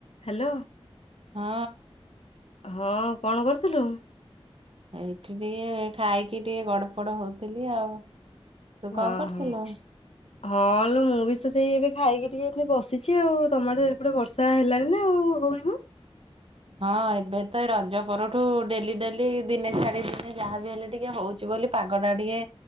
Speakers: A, on the left (about 75°); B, on the right (about 60°).
A: Hello.
B: ହଁ।
A: ହଁ କଣ କରୁଥିଲୁ?
B: ଏଇଠି ଟିକେ ଖାଇକି ଟିକେ ଗଡ ପଡ ହଉଥିଲି ଆଉ ତୁ
A: ହଁ-ହଁ
B: କଣ କରୁଥିଲୁ?
A: ଲୋ ମୁଁ ବି ତ ସେଇ ଏବେ ଖାଇକି ଟିକେ ଏଠି ବସିଛି ଆଉ ତମର ତ ଏପଟେ ବର୍ଷା ହେଲାଣି ନା ଆଉ ହଉନି ମ?
B: ହଁ ଏବେ ତ ଏ ରଜ ପରଠୁ ଡେଲି ଡେଲି ଦିନେ ଛାଡି ଦିନେ ଯାହା ବିି ହେଲେ ଟିକେ ହଉଛି ବୋଲି ପାଗ ଟା ଟିକେ